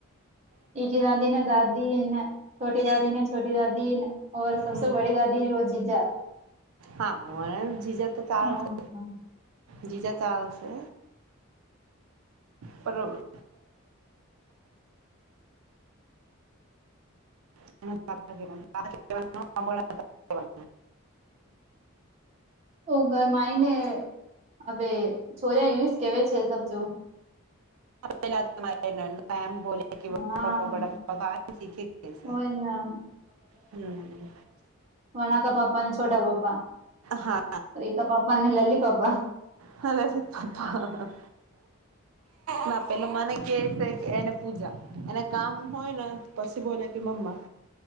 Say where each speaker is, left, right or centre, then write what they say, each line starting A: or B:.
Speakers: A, on the right (about 30°); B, on the right (about 80°).
A: એકી દાદી ને દાદી ને છોટી દાદી ને છોટી દાદીને - ઓર સબસે
B: હમ
A: બડી દાદી ર જીજા
B: હા હું જીજા તો ચાલશે
A: હમ
B: જીજા ચાલશે બરાબર <unintelligible> હ
A: ઓ ઘરમાં આવીઈ ને હવે છોર સ કેવા છે સબજો
B: પેલા તમારેમ બોલે્યા કે
A: હા
B: પાપા બડા પાપા તોાર સીખે ગયા
A: હોય ને
B: હમ
A: વણાકા પાપા અને છોટા પાપા
B: હા
A: રિકા પાપા અને લલી પાપા
B: હરે છે તપા ના પેલું મને કે છે કે એને પૂજા એને કામ હોય ને પછી બોલે કે મમ્મા